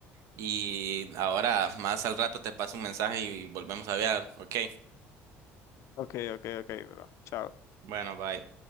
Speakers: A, on the right; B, on the left.
A: Y ahora, más al rato te paso un mensaje y volvemos a hablar. Ok,
B: Ok, ok, ok, bro. Chao.
A: bueno, bye.